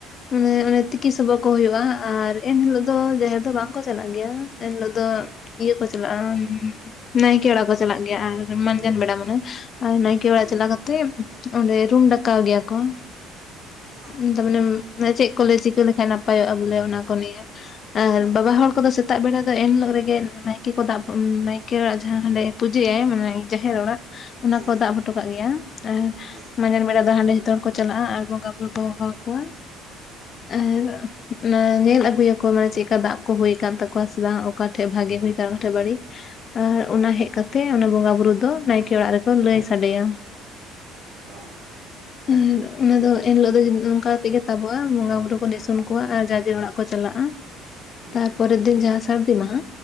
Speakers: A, on the left; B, on the right.
A: ᱢᱟᱱᱮ ᱚᱱᱮ ᱛᱤᱠᱤ ᱥᱚᱵᱚᱜ ᱠᱚ ᱦᱩᱭᱩᱜ-ᱟ ᱟᱨ ᱮᱱᱦᱤᱞᱳᱜ ᱫᱚ ᱡᱟᱦᱮᱨ ᱫᱚ ᱵᱟᱝᱠᱚ ᱪᱟᱞᱟᱜ ᱜᱮᱭᱟ ᱾ ᱮᱱᱦᱤᱞᱳᱜ ᱫᱚ ᱤᱭᱟᱹ ᱠᱚ ᱪᱟᱞᱟᱜ-ᱟ, ᱱᱟᱭᱠᱮ ᱚᱲᱟᱜ ᱠᱚ ᱪᱟᱞᱟᱜ ᱜᱮᱭᱟ ᱟᱨ ᱢᱟᱸᱡᱟᱱ ᱵᱮᱲᱟ ᱢᱟᱱᱮ ᱟᱨ ᱱᱟᱭᱠᱮ
B: ᱦᱮᱸ
A: ᱟᱲᱟᱜ ᱪᱟᱞᱟᱣ ᱠᱟᱛᱮᱜ ᱚᱱᱰᱮ ᱨᱩᱢ ᱰᱟᱠᱟᱣ ᱜᱮᱭᱟ ᱠᱚ᱾
B: ᱚ
A: <unintelligible> ᱪᱮᱫ ᱠᱚᱞᱮ ᱪᱤᱠᱟᱹ ᱞᱮᱠᱷᱟᱡ ᱱᱟᱯᱟᱭᱚᱜ-ᱟ ᱵᱚᱞᱮ ᱚᱱᱟ ᱠᱚ ᱱᱤᱭᱮ ᱾ ᱟᱨ
B: ᱚ
A: ᱵᱟᱵᱟ ᱦᱚᱲ ᱠᱚᱫᱚ ᱥᱮ ᱛᱟᱜ ᱵᱮᱲᱟ ᱫᱚ ᱮᱱ ᱦᱤᱞᱳᱜ ᱨᱮᱜᱮ ᱱᱟᱭᱠᱮ ᱠᱚ ᱫᱟᱵ ᱱᱟᱭᱠᱮ ᱚᱲᱟᱜ ᱡᱟᱦᱟᱸ ᱦᱟᱸᱰᱮ ᱯᱩᱡᱟᱹᱭᱟᱭ ᱢᱟᱱᱮ ᱡᱟᱦᱮᱨ ᱚᱲᱟᱜ ᱚᱱᱟ
B: ᱦᱮᱸ
A: ᱠᱚ ᱫᱟᱵ ᱦᱚᱴᱚ ᱠᱟᱜ ᱜᱮᱭᱟ ᱾ ᱟᱨ
B: ᱚ
A: ᱢᱟᱸᱡᱟᱱ ᱵᱮᱲᱟ ᱫᱚ ᱦᱟᱸᱰᱮ <unintelligible> ᱠᱚ ᱪᱟᱞᱟᱜ-ᱟ ᱟᱨ ᱵᱚᱸᱜᱟ ᱵᱩᱨᱩ ᱠᱚ ᱦᱚᱦᱚ ᱟᱠᱚᱣᱟ ᱾ <inaudible> ᱟᱨ
B: ᱚ
A: ᱚᱱᱟ ᱧᱮᱞ ᱟᱹᱜᱩᱭᱟᱠᱚ ᱢᱟᱱᱮ ᱪᱮᱜᱠᱟ ᱫᱟᱵᱽ ᱠᱚ ᱦᱩᱭ ᱟᱠᱟᱱ ᱛᱟᱠᱚᱣᱟ ᱥᱮ ᱵᱟᱝ, ᱚᱠᱟ ᱴᱷᱮᱡ ᱵᱷᱟᱜᱮ ᱦᱩᱭ ᱟᱠᱟᱱᱟ ᱚᱠᱟᱴᱷᱮᱡ ᱵᱟᱹᱲᱤᱡ᱾ ᱟᱨ
B: ᱦᱮᱸ
A: ᱚᱱᱟ ᱦᱮᱡ ᱠᱟᱛᱮ ᱚᱱᱟ ᱵᱚᱸᱜᱟ ᱵᱩᱨᱩ ᱫᱚ ᱱᱟᱭᱠᱮ ᱚᱲᱟᱜ ᱨᱮᱠᱚ ᱞᱟᱹᱭ ᱥᱟᱰᱮᱭᱟ᱾
B: ᱚᱝ ᱾
A: ᱟᱨ ᱚᱱᱟ ᱫᱚ ᱮᱱ ᱦᱤᱞᱚᱜ ᱫᱚ ᱚᱱᱠᱟ ᱠᱟᱛᱮᱜ ᱜᱮ ᱛᱟᱵᱚᱜ-ᱟ, ᱵᱚᱸᱜᱟ ᱵᱩᱨᱩ ᱠᱚ ᱱᱤᱥᱩᱱ ᱠᱚᱣᱟ ᱟᱨ ᱡᱟᱨ ᱡᱮᱨ ᱚᱲᱟᱜ ᱠᱚ ᱪᱟᱞᱟᱜ-ᱟ᱾ <inaudible>
B: ᱚ
A: ᱛᱟᱨᱯᱚᱨᱮᱨ ᱫᱤᱱ ᱡᱟᱦᱟᱸ ᱥᱟᱹᱨᱫᱤ ᱢᱟᱦᱟ